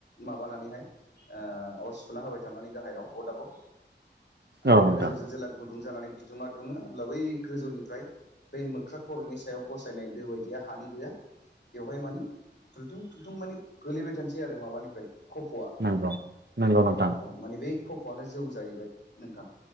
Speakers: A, on the left (about 65°); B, on the right (about 65°).
A: माबानानैहाय ओ अर सुुना होबाय थांनानै गाहायाव अरदाबाव आरो
B: औ नोंथां
A: गोजौजों जेला गुदुं जानानै बिदुंआ दुङो होमब्ला बै गोजौनिफ्राय बै मोख्रा खर'नि सायाव बसायनाय दो बायदिया हानि दोआ बेवहाय माने थुथुं थुलथुं माने गोलैबाय थानोसै आरो माबानिफ्राय कफ'आ।
B: नोंगौ नोंगौ न थां
A: माने बै खफ'आनो जौ जाहैबाय नोंथां